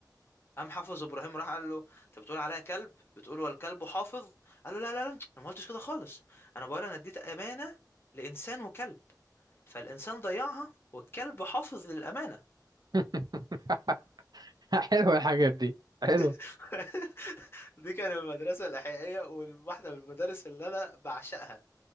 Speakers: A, on the left; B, on the right.
A: قام حافظ ابراهيم راح قال له انت بتقول عليا كلب بتقول والكلب حافظ قال له لا لا لا انا ما قلتش كده خالص انا بقول انا اديت امانه لانسان وكلب فالانسان ضيعها والكلب حافظ للامانه
B: <laughs> حلوة الحاجات دي حلوة
A: <laughs> دي كانت المدرسة الإحيائية وواحدة من المدارس اللي أنا بعشقها